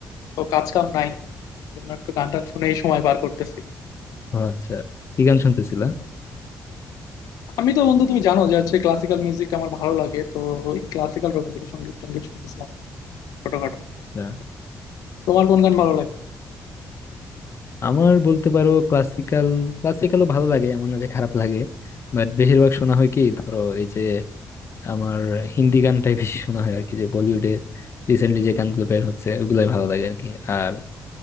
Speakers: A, on the left; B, on the left.
A: তো কাজ কাম নাই জন্য একটু গান টান শুনেই সময় পার করতেছি
B: ও আচ্ছা কি গান শুনতেছিলা
A: আমি তো বন্ধু তুমি জানো যে হচ্ছে ক্লাসিক্যাল মিউজিক আমার ভালো লাগে তো ওই ক্লাসিক্যাল রবীন্দ্রসঙ্গীত টঙ্গীত শুনতেছিলাম ছোটখাটো
B: না,
A: তোমার কোন গান ভালো লাগে
B: আমার বলতে পারো ক্লাসিক্যাল ক্লাসিক্যালও ভালো লাগে এমন না যে খারাপ লাগে বাট বেশিরভাগ শোনা হয় কি ধরো এই যে আমার হিন্দি গানটাই বেশি শোনা হয় আর কি যে বলিউডে রিসেন্টলি যে গানগুলো বের হচ্ছে ওগুলাই ভালো লাগে আর কি আর